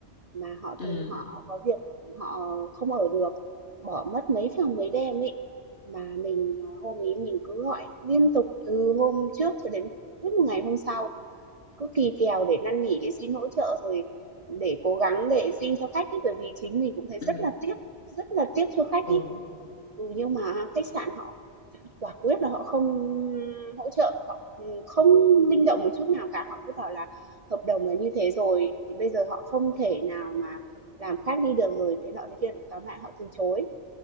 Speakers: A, on the right; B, on the left.
A: mà họ
B: Ừ
A: thân họ có việc họ không ở được, bỏ mất mấy phòng mấy đêm ấy. Mà mình à, hôm ý mình cứ gọi liên tục từ hôm trước cho đến hết một ngày hôm sau cứ kỳ kèo để năn nỉ, để xin hỗ trợ rồi để cố gắng để xin cho khách ý bởi vì chính mình cũng thấy
B: ừ
A: rất là tiếc, rất là tiếc cho khách ý
B: ừ
A: Ừ, nhưng mà khách sạn họ quả quyết là họ không hỗ trợ, họ không linh động một chút nào cả, họ cứ bảo là hợp đồng là như thế rồi, thì bây giờ họ không thể nào mà làm khác đi được rồi, thế nọ thế kia, tóm lại họ từ chối.